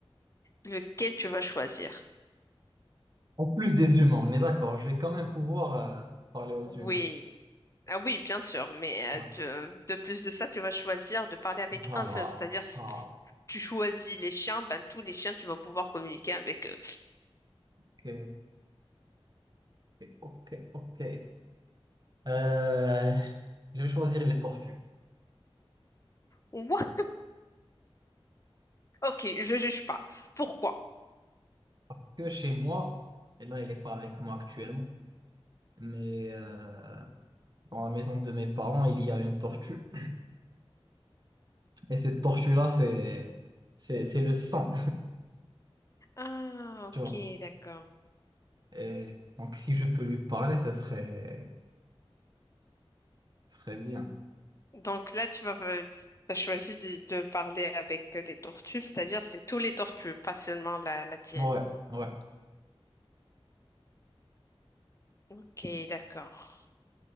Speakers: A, on the left; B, on the right.
A: lequel tu vas choisir?
B: En plus des humains, on est d'accord, je vais quand même pouvoir euh, parler aux
A: Oui.
B: humains.
A: Ah oui, bien sûr, mais
B: Ok.
A: euh, tu- de plus de ça, tu vas choisir de parler avec
B: Ah,
A: un seul, c'est-à-dire si
B: ah,
A: tu choisis les chiens, ben tous les chiens, tu vas pouvoir communiquer avec eux.
B: ok, ok, ok. Euh, je vais choisir les tortues.
A: What? Ok, je juge pas. Pourquoi?
B: Parce que chez moi, et là, elle n'est pas avec moi actuellement, mais euh, dans la maison de mes parents, il y a une tortue. Et cette tortue-là, c'est c'est c'est le sang,
A: Ah,
B: <laughs>
A: ok,
B: tu vois.
A: d'accord.
B: Et donc, si je peux lui parler, ce serait, ce serait bien.
A: Donc là, tu vas, as choisi de, de parler avec euh, les tortues, c'est-à-dire c'est tous les tortues, pas seulement la, la tienne.
B: Ouais, ouais.
A: Ok, d'accord.